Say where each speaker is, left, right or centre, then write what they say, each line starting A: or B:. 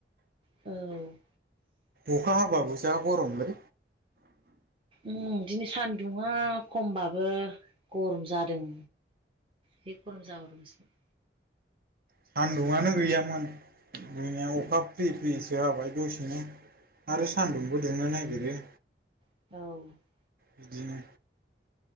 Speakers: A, on the right (about 30°); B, on the right (about 55°).
A: औ
B: अखा हाबाबो जा गरमलै
A: उम दिनै सान्दुंङा खमबाबो गरम जादों जि गरम जाबावदोंसो
B: सान्दुंङानो गैयामोन जोंनिया अखा फ्रि फ्रिसो हाबाय दसेनो
A: उम
B: आरो सान्दुंबो दुंनो नागिरो
A: औ
B: बिदिनो